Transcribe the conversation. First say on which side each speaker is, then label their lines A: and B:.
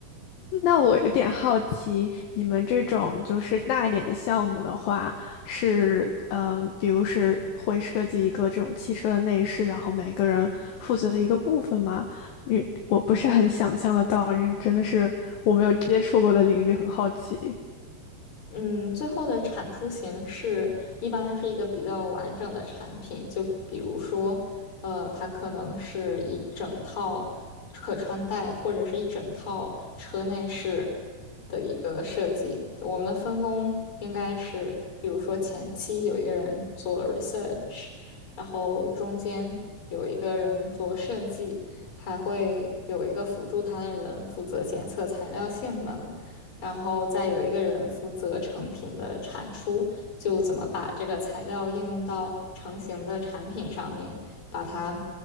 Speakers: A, on the left; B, on the left.
A: 那我有点好奇，你们这种就是大一点的项目的话，是嗯、呃比如是会设计一个这种汽车的内饰，然后每个人负责的一个部分吗？你我不是很想象得到，这个真的是我没有接触过的领域，很好奇。
B: 嗯，最后的产出形式一般是一个比较完整的产品，就比如说，呃，它可能是一整套可穿戴或者是一整套车内饰的一个设计。我们的分工应该是，比如说前期有一个人做 research，然后中间有一个人做设计，还会有一个辅助他的人负责检测材料性能。然后再有一个人负责成品的产出，就怎么把这个材料应用到成型的产品上面，把它